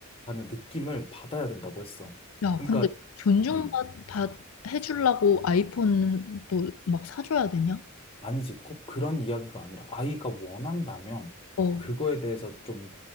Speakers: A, on the left; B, on the left.
A: 느낌을 받아야 된다고 했어.
B: 야,
A: 그러니까
B: 근데 존중받
A: 음,
B: 받, 해주려고 아이폰도 막 사줘야 되냐?
A: 아니지, 꼭 그런 이야기가 아니라 아이가 원한다면
B: 어,
A: 그거에 대해서 좀,